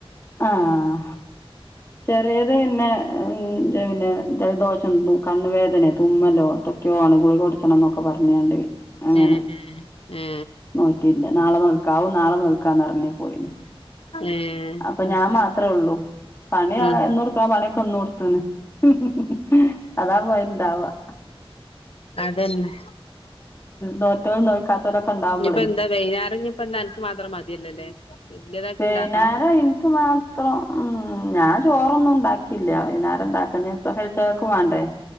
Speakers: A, on the left; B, on the left.
A: ആഹ് ചെറിയത് പിന്നെ പിന്നെ ജലദോഷം മുക്ക് കണ്ണുവേദനെ തുമ്മലോ എന്തൊക്കെയാണ്. ഗുളിക കുടിച്ചണം എന്നൊക്കെ പറഞ്ഞു. പറഞ്ഞുങ്ങാണ്ട് അങ്ങനെ
B: ഏ ഏ ഏ
A: നോറ്റില്ല നാളെ നോ ക്കാവു നാളെ നോൽക്കാന്ന്. പറങി പോയി
B: ഏ
A: അപ്പൊ
B: അത്
A: ഞാൻ
B: ശരി
A: മാത്രേ ഒള്ളൂ. പണിയ
B: ഉം
A: എ കൊടുക്കണ പണിയൊക്കെ ഇന്ന് കൊടുത്തന്. ഉം ഉം അതാ പോയിണ്ടവാ.
B: ഉം അതന്നെ
A: നോറ്റോലും നോൽക്കാത്തോലൊക്കെ ഉണ്ടാവുമ്പളേ
B: ഇനിയിപ്പോ എന്താ വൈകുന്നേരം. ഇഞ് പ എന്താ അൻക് മക്ക മാത്ര മതിയല്ലല്ലേ? വല്യതാക്കി
A: വൈകുന്നേരം
B: ഇണ്ടാക്കണോ
A: അനിക് മാത്രം. ഉ ഞാൻ ചോ- റോന്നും ഉണ്ടാക്കില്ല. വൈകുന്നേര <unintelligible> വേണ്ടേ